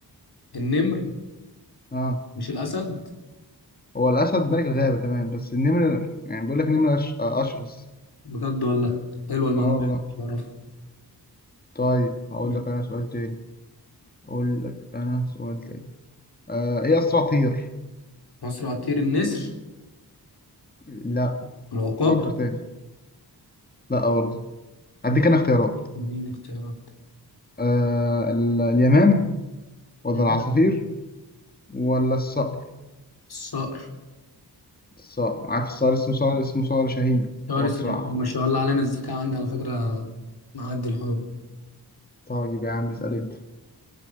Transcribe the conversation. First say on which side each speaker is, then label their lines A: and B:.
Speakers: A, on the left; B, on the left.
A: النمر
B: اه
A: مش الأسد
B: هو الاسد ملك الغابه تمام بس النمر يعني بيقول لك النمر أش... آه، اشرس
A: بجد والله حلوة المعلومة
B: اه والله
A: مش عارف
B: طيب هقول
A: مم.
B: لك انا سؤال تاني اقول لك انا سؤال تاني آه ايه اسرع طير
A: أسرع طير النسر
B: لا
A: العقاب
B: فكر تاني لا برضه هديك انا اختيارات
A: اديني اختيارات
B: آه ال... اليمام ولا
A: مم.
B: العصافير ولا الصقر
A: الصقر
B: الصقر عارف الصقر اسمه صقر اسمه صقر شاهين
A: طائر
B: هو
A: اسمه-
B: اسرع
A: ما شاء الله علينا الذكاء عندي على فكرة معدي الحدود
B: طيب يا عم اسال انت